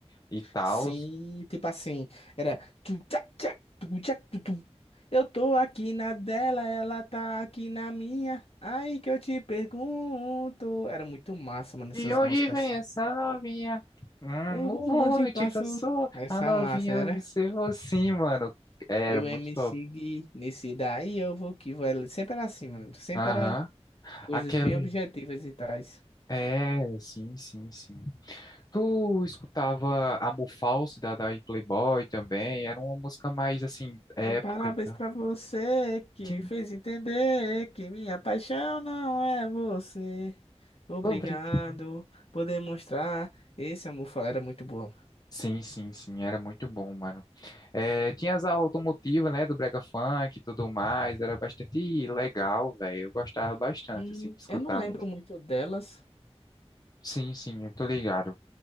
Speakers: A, on the left; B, on the left.
A: E tal.
B: Sim, tipo assim, era. tu, tchac, tchac, tu, tchac, tu, tu. Eu tô aqui na dela, ela tá aqui na minha. Aí que eu te pergunto. Era muito massa, mano, essas
A: De onde
B: músicas.
A: vem essa novinha? Hum,
B: O
A: o
B: bonde
A: bonde
B: passou.
A: passou,
B: Essa
A: a novinha
B: massa,
A: observou.
B: né?
A: Sim, mano. Era
B: E o
A: muito
B: MC
A: top.
B: Gui, nesse daí eu vou que vai. Sempre era assim, mano. Sempre
A: Aham.
B: era coisas
A: Aquele.
B: bem objetivas e tais.
A: É, sim, sim, sim. Tu escutava Amor Falso da da Playboy também? Era uma música mais assim, época
B: E parabéns
A: e tal.
B: pra você que
A: Que-
B: me fez entender que minha paixão não é você. Obrigado
A: Obrigado.
B: por demonstrar. Esse amor fa- era muito bom.
A: Sim, sim, sim, era muito bom, mano. É, tinha as aulas automotivas, né, do Brega Funk e tudo mais, era bastante legal, velho. Eu gostava bastante,
B: Hum,
A: assim, de escutar
B: eu não lembro
A: a música.
B: muito delas.
A: Sim, sim, eu tô ligado.